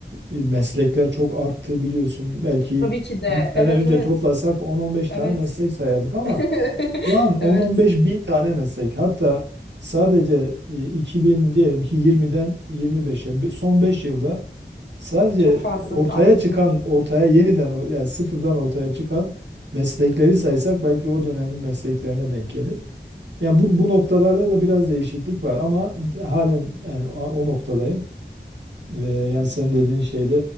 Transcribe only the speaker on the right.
e, meslekler çok arttı biliyorsun. Belki
100 sene
önce
toplasak 10-15
tane meslek sayardık ama
şu an 10-15
bin tane meslek. Hatta sadece e, 2000 diyelim ki 20'den 25'e son 5 yılda Sadece
ortaya
çıkan, ortaya yeniden o- yani sıfırdan ortaya çıkan meslekleri saysak belki o dönemin mesleklerine denk gelir. Yani bu, bu noktalarda da biraz değişiklik var ama halen yani o, o noktadayım. Ee, yani senin dediğin şeyde